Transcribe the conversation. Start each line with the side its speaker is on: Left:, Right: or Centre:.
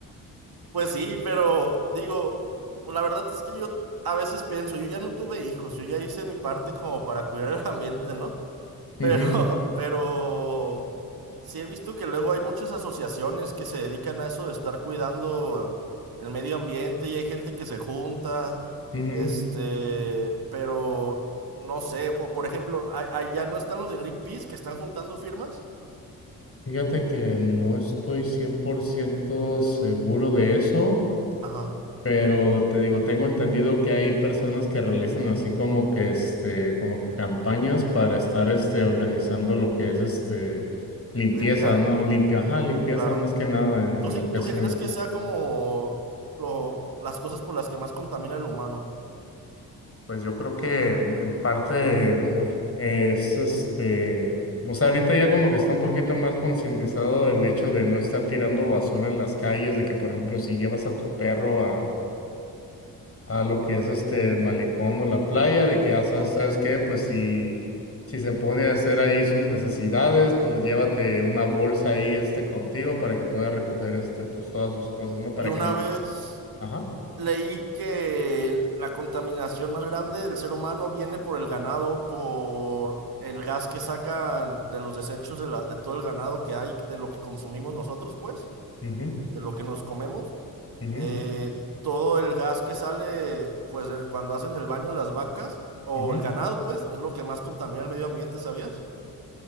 Right: Pues sí, pero digo, la verdad es que yo a veces pienso, yo ya no tuve hijos, yo ya hice mi parte como para cuidar el ambiente, ¿no?
Left: Ujú,
Right: Pero, pero sí he visto que luego hay muchas asociaciones que se dedican a eso de estar cuidando el medio ambiente y hay gente que se junta,
Left: ujú.
Right: este, pero no sé, po- por ejemplo, a- allá no están los de Greenpeace que están juntando firmas.
Left: Fíjate que no estoy 100% seguro de eso,
Right: Ajá,
Left: pero te digo, tengo entendido que hay personas que realizan así como que, este, como que campañas para estar, este, organizando lo que es, este, Limpieza,
Right: limpiar,
Left: ¿no? Limpia, ajá, limpieza
Right: claro.
Left: más que nada en
Right: ¿Tú
Left: en
Right: sí,
Left: lo que
Right: tú
Left: es,
Right: qué
Left: en
Right: crees
Left: lo
Right: que sea como lo, las cosas por las que más contamina el humano?
Left: Pues yo creo que en parte eh, es este, o sea, ahorita ya como que está un poquito más concientizado del hecho de no estar tirando basura en las calles, de que por ejemplo si llevas a tu perro a, a lo que es este el malecón o la playa, de que ya sabes,
Right: Ujú.
Left: ¿sabes qué? Pues si, si se pone a hacer ahí sus necesidades, pues llévate una bolsa ahí este contigo para que pueda recoger este pues todas sus cosas, ¿no? Para
Right: Y una
Left: que no.
Right: vez.
Left: Ajá.
Right: Leí que la contaminación más grande del ser humano viene por el ganado, por el gas que sacan de los desechos de, la, de todo el ganado que hay, de lo que consumimos nosotros, pues,
Left: mhm
Right: de lo que nos comemos.
Left: mhm
Right: Eh, todo el gas que sale, pues, de- cuando hacen el baño las vacas o
Left: mhm
Right: el ganado, pues, es lo que más contamina el medio ambiente, ¿sabías?